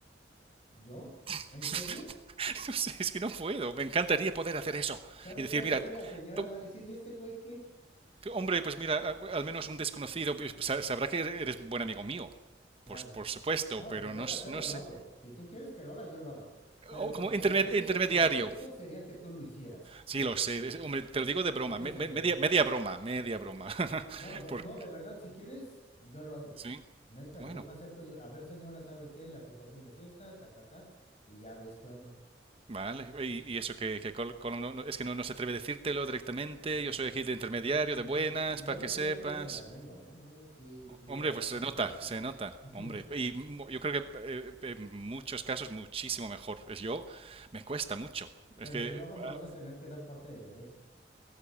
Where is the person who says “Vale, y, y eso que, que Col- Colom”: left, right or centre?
Right